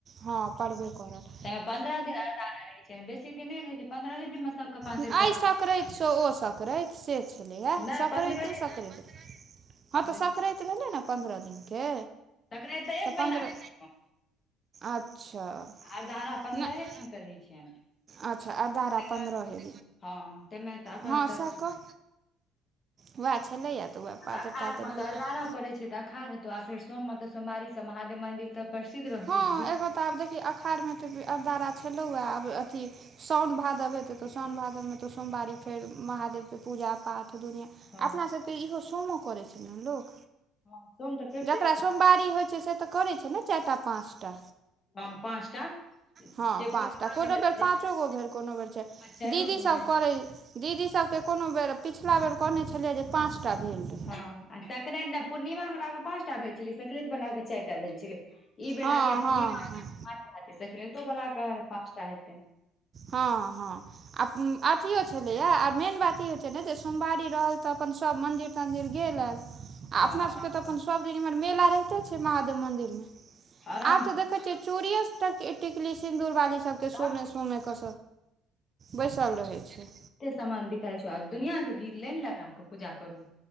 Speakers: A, on the right; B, on the left.
A: हँ पड़बे करत
B: तेँ पन्द्रह दिन आरदारा रहै छै ने बेसी दिन नहि रहै छै पन्द्रहे दिन सबके पातरि
A: एहि
B: देबाक
A: सकराति
B: रहै छै
A: से ओ सकराति से छलैए
B: नहि
A: सकराते
B: पन्द्रहे
A: सकराति
B: दिन
A: हँ तऽ
B: रहै
A: संकराति
B: छै
A: भेलै ने पन्द्रह दिनके
B: सकराति एक
A: तऽ
B: महीना
A: पंद्रह
B: के रहै
A: अच्छा
B: आरदारा पन्द्रहे
A: नहि
B: दिन के रहै छै
A: अच्छा आरदारा
B: तकर
A: पन्द्रहेँ
B: बाद हँ ताहिमे तऽ एखन
A: हँ
B: तऽ
A: से कह वैह छलैए तऽ वैह पातरि
B: अखाड़
A: तातरि
B: मे
A: भेलय
B: तऽ अरदारा पड़ै छै तऽ अखाढ़ हेतैऽ आ फेर सोम तऽ सोमवारीसँ महादेब मन्दिर तऽ प्रसिद्ध रहतै
A: हँ एखन तऽ आब देखी अखाढ़ मे त अरदारा छलौ आब अथी साउन भादव आयतो तो साउन भादव त सोमवारी फेर महादेव के पूजा पाठ दुनिया
B: हँ
A: अपना सभके त इहो सोम करै छै ने लोक
B: हँ सोम तऽ करिते
A: जकरा
B: छै
A: सोमवारी होइ छै से तऽ करै छै ने चारि टा पाँच टा
B: हँ पाँचटा
A: हँ
B: जे
A: पाँच
B: पूर्णिमा
A: टा कोनो
B: से केलकै
A: बेर
B: जे
A: पाँचो गो भेल कोनो बेर चारि
B: चाइरो
A: दीदीसभ
B: गो भेल
A: करैत दीदी सभके कोनो बेर पिछला बेर कहने छलियै जे पाँचटा भेल रहै
B: हँ आ सक्रांत पूर्णिमा वालाक के पाँच टा भेल छलै सक्रांत वाला के चारि टा भेल छलै ई बेर
A: हँ
B: लागैत अछि पूर्णिमा
A: हँ हँ
B: पाँचटा होयतै सक्रांतो वला के पाच टा होयतै
A: हँ हँ आ अथियो छलैया आ मेन बात ई होइत छै ने जे सोमवारी रहल तऽ अपन सभ मन्दिर तन्दिर गेल आयल आ
B: हँ
A: अपना
B: आरामसँ
A: सभके तऽ अपन सभ दिन इम्हर मेला रहिते छै महादेव मन्दिरमे
B: आरामसँ
A: आब तऽ देखै छियै चोड़ीयो टिकली सिन्दूर बाली सबके
B: सब
A: सोमे सोमे कऽ बैसल रहै छै
B: कते सामान बिकाइ छौ आब दुनिया के भीड़ लानि लगाके पूजा करु